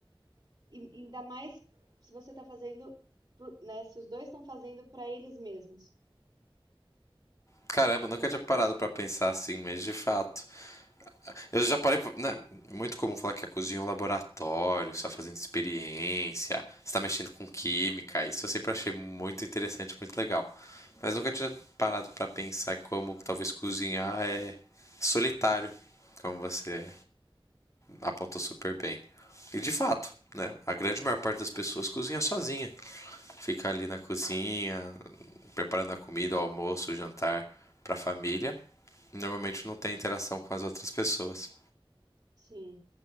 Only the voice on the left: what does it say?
Caramba,
nunca
tinha parado para pensar assim, mas de fato. Eu já parei. Né, é muito comum falar que a cozinha é um laboratório, você está fazendo experiência, você está mexendo com química. Isso eu sempre achei muito interessante, muito legal. Mas nunca tinha parado para pensar como talvez cozinhar é solitário, como você apontou super bem. E de fato, né, a grande maior parte das pessoas cozinha sozinha. Fica ali na cozinha, preparando a comida, o almoço, o jantar para a família. Normalmente não tem interação com as outras pessoas.